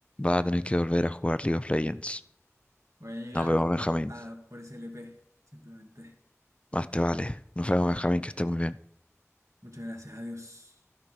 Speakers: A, on the left (about 20°); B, on the right (about 70°).
A: va a tener que volver a jugar League of Legends.
B: Voy a llegar
A: Nos vemos, Benjamín.
B: a por ese LP, simplemente.
A: Más te vale. Nos vemos, Benjamín, que estés muy bien.
B: Muchas gracias, adiós.